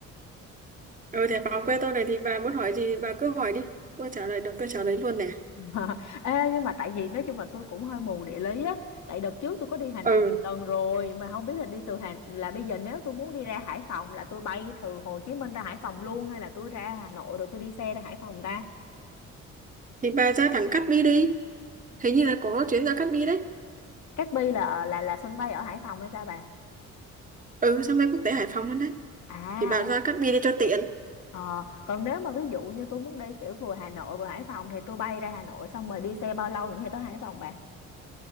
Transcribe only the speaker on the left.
<laughs> Ờ, Ê, nhưng mà tại vì nói chung là tôi cũng hơi mù địa lý á tại đợt trước tôi có đi Hà Nội
một lần rồi mà không biết là đi từ Hà là bây giờ nếu tôi muốn đi ra Hải Phòng là tôi bay từ Hồ Chí Minh ra Hải Phòng luôn hay là tôi ra Hà Nội rồi tôi đi xe ra Hải Phòng ta
Cát Bi là là là sân bay ở Hải Phòng hay sao bà
à
ok
ờ, còn nếu mà ví dụ như tôi muốn đi kiểu vừa Hà Nội vừa Hải Phòng thì tôi bay ra Hà Nội xong rồi đi xe bao lâu nữa thì tới Hải Phòng